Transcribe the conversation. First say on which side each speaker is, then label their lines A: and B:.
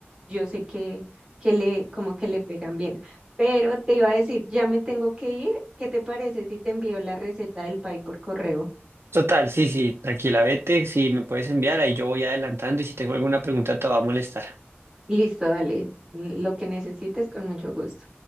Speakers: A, on the right (about 20°); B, on the right (about 70°).
A: yo sé que, que le, como que le pegan bien. Pero te iba a decir, ya me tengo que ir. ¿Qué te parece si te envío la receta del pie por correo?
B: Total, sí, sí, tranquila, vete, si me puedes enviar, ahí yo voy adelantando y si tengo alguna pregunta te va a molestar.
A: Listo, dale. Lo que necesites con mucho gusto.